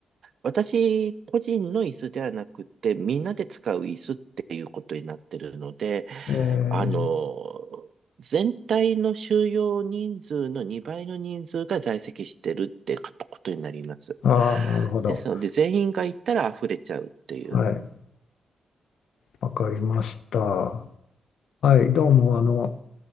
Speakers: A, on the right (about 60°); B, on the left (about 70°).
A: 私個人の椅子ではなくて、みんなで使う椅子っていうことになってるので、
B: ええ、
A: あの、全体の収容人数の2倍の人数が在籍してるってことになります。
B: ああ、なるほど。
A: ですので、全員が行ったら溢れちゃうっていう。
B: はい、わかりました。はい、どうも、あの、